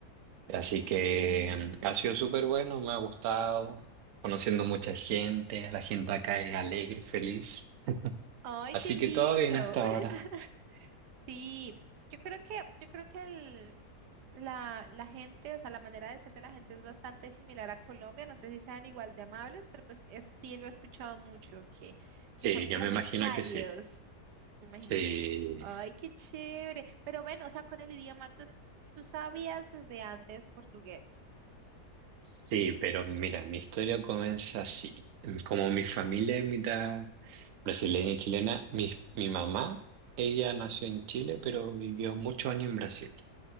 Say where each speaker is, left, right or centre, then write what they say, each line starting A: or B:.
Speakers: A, on the right; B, on the right.
A: Mm.
B: Así que mm, ha sido súper bueno, me ha gustado, conociendo mucha gente, la gente acá es alegre, feliz.
A: Ay,
B: Así
A: qué lindo.
B: que todo bien hasta
A: <laughs>
B: ahora.
A: Sí, yo creo que, yo creo que el- la, la gente, o sea, la manera de ser de la gente es bastante similar a Colombia. No sé si sean igual de amables, pero pues eso sí lo he escuchado mucho, que,
B: Sí,
A: que son como
B: yo me
A: muy
B: imagino
A: cálidos,
B: que sí.
A: me imagino.
B: Sí,
A: Ay, qué chévere. Pero bueno, o sea, con el idioma, tú, tú sabías desde antes portugués.
B: sí, pero mira, mi historia comienza así. Como mi familia es mitad brasileña y chilena, mi, mi mamá, ella nació en Chile, pero vivió muchos años en Brasil.